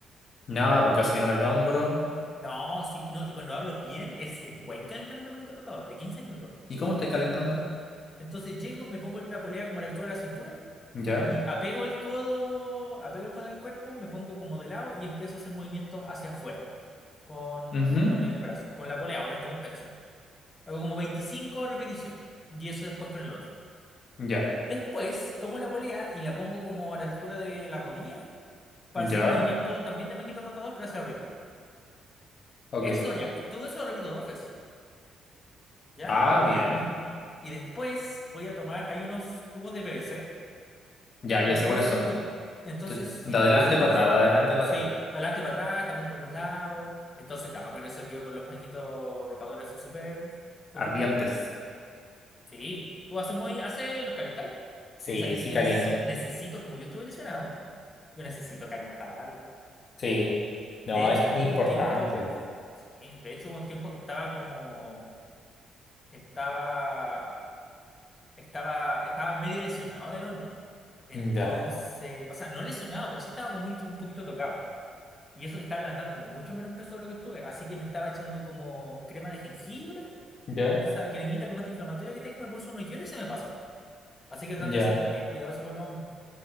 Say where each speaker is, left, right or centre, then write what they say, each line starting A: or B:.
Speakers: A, on the left (about 50°); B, on the left (about 25°).
A: No,
B: ¿Ya?
A: porque así no el hombro.
B: No, sí, no, y cuando hablo bien es un buen calentamiento de manguito rotador, de 15 minutos.
A: ¿Y cómo estáis calentando?
B: Entonces llego, me pongo la polea como a la altura de la cintura
A: Ya,
B: y apego el codo, apego el codo al cuerpo, me pongo como de lado y empiezo a hacer movimientos hacia afuera con,
A: ujú,
B: con el brazo, con la polea, obviamente con peso. Hago como 25 repeticiones y eso después con el otro.
A: Ya,
B: Después tomo la polea y la pongo como a la altura de la rodilla para hacer
A: ya,
B: movimientos también de manguito rotador, pero hacia arriba.
A: ok.
B: Eso ya, todo eso lo repito dos veces, ¿ya?
A: Ah,
B: Y,
A: bien.
B: des- y después voy a tomar, hay unos tubos de PVC
A: Ya, ya
B: Entonces
A: sé cuáles son.
B: tú, entonces
A: Te-
B: sí,
A: De adelante
B: son unos
A: para
B: azules.
A: atrás, de adelante para
B: Sí,
A: atrás.
B: adelante para atrás, también por los lados. Entonces, claro, con eso quedo con los maquitos rotadores así súper, súper
A: Ardientes.
B: bien. Sí, tú haces muy, haces los calentáis.
A: Sí,
B: Es que sabéis
A: sí,
B: que yo
A: caliento.
B: necesito, necesito, como yo estuve lesionado, yo necesito calentarlo.
A: Sí. No,
B: De hecho,
A: es
B: hubo
A: importante.
B: un tiempo, sí, de hecho hubo un tiempo que estaba como, estaba, estaba, estaba medio lesionado del hombro. Entonces,
A: Mm, Ya,
B: o sea, no lesionado, pero sí estaba como muy- un poquito tocado. Y eso que estaba levantando como mucho menos peso de lo que estuve. Así que me estaba echando como crema de jengibre,
A: ya,
B: esa cremita como antiinflamatoria que tengo, me pulso unos hielos y se me pasa. Así que trato
A: ya.
B: de ser como bien cuidadoso con los hombres.